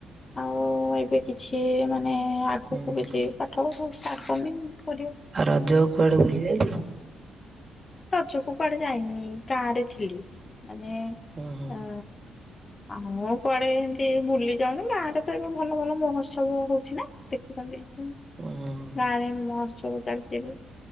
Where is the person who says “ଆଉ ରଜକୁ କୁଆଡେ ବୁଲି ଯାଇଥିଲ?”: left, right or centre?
Right